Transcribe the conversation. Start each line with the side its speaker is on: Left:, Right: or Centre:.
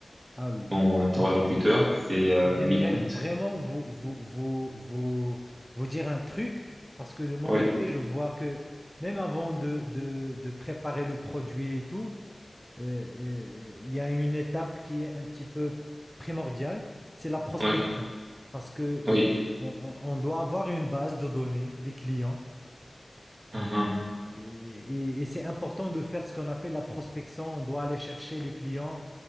Centre: Ah oui.
Right: son interlocuteur. C'est euh,
Centre: J'aimerais
Right: l'écoute.
Centre: vraiment vous, vous, vous, vous, vous dire un truc, parce que de mon
Right: Oui,
Centre: côté, je vois que même avant de, de, de préparer le produit et tout, euh, euh, il y a une étape qui est un petit peu primordiale, c'est la prospection.
Right: oui,
Centre: Parce que, euh,
Right: oui,
Centre: on, on- on doit avoir une base de données des clients,
Right: Mhm.
Centre: et, et et c'est important de faire ce qu'on appelle la prospection. On doit aller chercher les clients